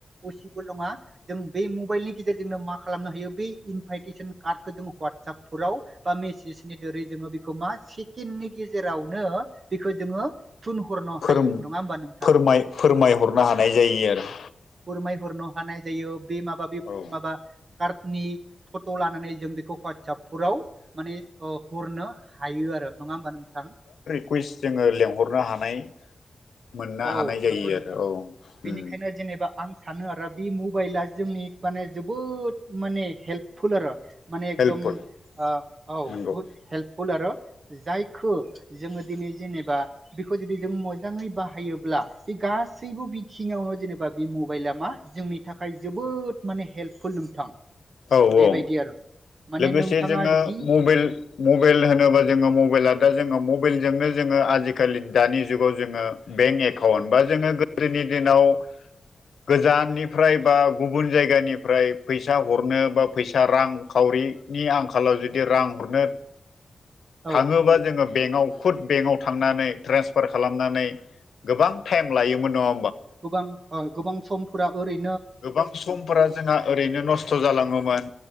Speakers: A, on the right (about 45°); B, on the left (about 80°).
A: पसिबोल नङा जों बे मबाइलनि गेजेर मा खालामनो हायो बे इेपाइटिसोन कार्ड जो वाटसाबफोराव बा मसेसनि दोरै जोङो बेखौ मा सिकेन्दनि गेजेरावनो बेखौ जोङो थुनहरनो
B: फोरम
A: हायो नङा होमबा नोंथां
B: फोर फोरमायहरनो हानाय जायो आरो
A: फोरमायहरनो हानाय जायो बे माबा बे
B: औ
A: माबा कार्डनि फट लानानै जों बेखौ हवाटसपफोराव माने हरनो हायो आरो नङा होमबा नोंथां?
B: कुइस जोङो लेंहरनो हानाय मोननो
A: औ
B: हानाय जायो
A: नंगौ नोंथां
B: आरो औ उ
A: बेनिखायनो जेनेबा आं सानो आरो बे मबाइला जोंनि माने जोबोद माने हेल्पफुल आरो माने एकदम
B: हेल्पफुल
A: ओ औ
B: नंगौ
A: बहुत हेल्प फुल आरो जायखौ जोङो दिनै जेनेबा बेखौ जुदि जों मोजाङै बाहा हायोब्ला बे गासैबो बिथिङावनो जेनेबा बे मबाइला मा जोंनि थाखाय जोबोद मान ने हेल्पफुल नोंथां
B: औ
A: बेबायदि
B: औ
A: आरो माने
B: लोगोसे
A: नोंथाङा
B: जोङो
A: जि
B: मबाइल मबाइल होनोबा जोङो मबाइला दा जोङो मब बाइलजोंनो जोङो आजिखालि दानि जुगाव जोङो बेंक एकाउन्ट बा जोङो गोदोनि दिनाव गोजाननिफ्राय बा गुबुन जायगानिफ्राय फैसा हरनो बा फैसा रां खावरिनि आंखालाव जुदि रां हरनो
A: औ
B: थाङोबा जोङो बेङाव खुद बेआव थांनानै ट्रेसफार खालामनानै गोबां टाइम लायोमोन न
A: गोबां ओ गोबां समफोरा ओरै
B: गोबां समफोरा जोंहा ओरैनो नस्थ' जालाङोमोन